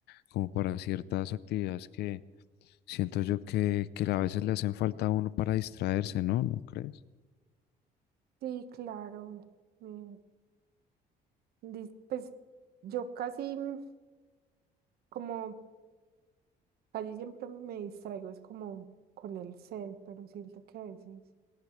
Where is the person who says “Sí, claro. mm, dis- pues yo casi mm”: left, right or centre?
Right